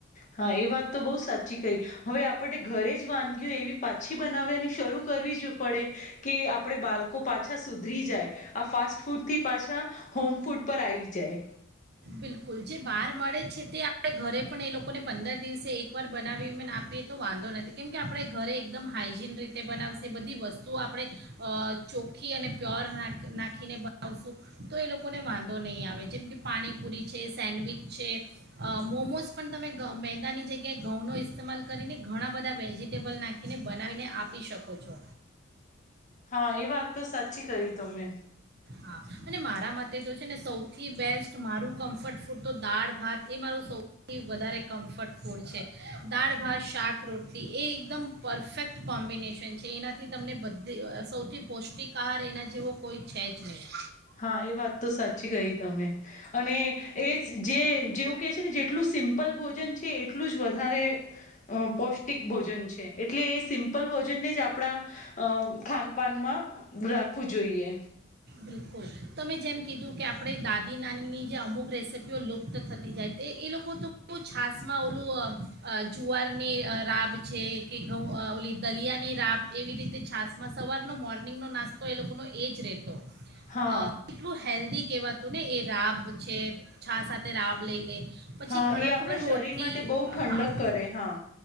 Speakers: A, on the left; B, on the right.
A: હા એ વાત તો બહુ સાચી કઈ, હવે આપણે ઘરે જ વાનગીઓ એવી પાછી બનાવવાની શરૂ કરવી જ પડે. કે આપણે બાળકો પાછા સુધરી જાય, આ ફા ફાસ્ટ ફૂડ થી પાછા, હોમ ફૂડ પર આવી જાય.
B: બિલકુલ જે બહાર મળે છે તે આપણે ઘરે પણ એ લોકોને પંદર દિવસે એકવાર બનાવી મ આપીએ તો વાંધો નથી કેમ કે આપણે ઘરે એકદમ હાઇજીન રીતે બનાવશે બધી વસ્તુઓ આપણે, અ ચોખ્ખી અને પ્યોર નાખ નાખીને બનાવશું તો એ લોકોને વાંધો નહીં આવે. જેમ કે પાણી પુરી છે, સેન્ડવીચ છે, અ મોમોઝ પણ તમે મેંદાની જગ્યાએ ઘઉંનો ઇસ્તેમાલ કરીને ઘણા બધા વેજિટેબલ નાખીને બનાવીને આપી શકો છો.
A: હા એ વાત તો સાચ ચી કરી તમે.
B: હા અને મારા મતે તો છે ને સૌથી બેસ્ટ મારું કમ્ફર્ટ ફૂડ તો દાળ ભાત એ મારું સૌથી વધારે કમ્ફર્ટ ફૂડ છે, દાળ ભાત શાક રોટલી એ એકદમ પરફેક્ટ કોમ્બિનેશન છે એનાથી તમને બધી સૌથી પૌષ્ટિક કાર એના જેવો કોઈ છે જ નહીં.
A: હા એ વાત તો સાચી કહિ તમે, અને એ જ જે જેવું કેહે છે ને જેટલું સિમ્પલ ભોજન છે એટલું જ વધારે પૌષ્ટિક ભોજન છે, એટલે એ સિમ્પલ ભોજનને જ આપણા ખાનપાનમાં રાખવું જોઈએ.
B: બિલકુલ, તો મેં જેમ કીધું કે આપણે દાદી નાનીની જે અમુક રેસીપીઓ લુપ્ત થતી જાય તે એ લોકો તો કેવું છશમાં ઓલું, જુવારની રાબ છે કે ઘઉં ઓલી દલિયાની રાબ એવી રીતે છાશમાં સવારનો મોર્નિંગનો નાસ્તો એ લોકોનો એ જ રહેતો.
A: હા
B: અ કેટલું હેલ્ધ કહેવાતું ને એ રાબ છે છાસ સાથે રાબ લઈ લે. પછી
A: હા
B: ઘણા
A: એ આપણા
B: ખબર
A: શરીર
B: રોટલી
A: માટે બહુ ઠંડક
B: હા
A: કરે હા.